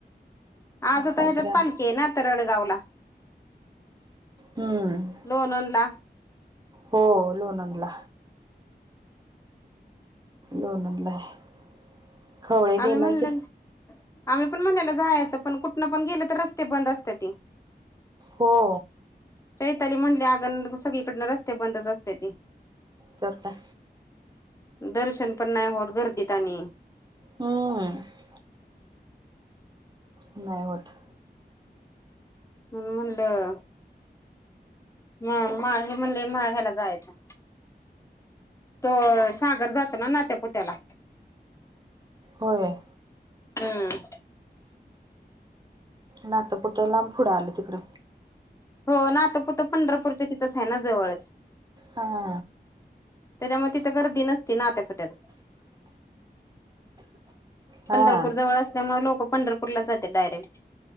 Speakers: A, on the left; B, on the right.
A: आज आता
B: काहीतरी
A: ह्याच्यात
B: असं
A: पालखी आहे ना तरडगावला.
B: हम्म!
A: लोगंनला.
B: हो लोनंगला. लोनलं आहे. खवळे गेलाय
A: आम्ही म्हणले
B: की
A: आम्ही पण म्हणलेलं जायचं पण कुठनं पण गेलं तर रस्ते बंद असतेती.
B: हो.
A: चैताली म्हणली अग सगळीकडन रस्ते बंदच असतेती.
B: तरं काय.
A: दर्शन पण नाही होत गर्दीत आणि
B: हम्म नाही होत.
A: म्हणून म्हणाल म माहे म्हणले माळ ह्याला जायचं. तो सागर जातो ना नात्यापुत्याला.
B: होय.
A: हम्म!
B: नातंपुत लांब पुढं आलं तिकड.
A: हो नातपुत पंढरपूरच्या तिथंच आहे ना जवळच.
B: हा.
A: त्याच्यामूळ गर्दी नसती नातपुत्यात.
B: हां
A: पंरपूर जवळ असल्यामुळे लोकं पंढरपूरला जाते डायरेक्ट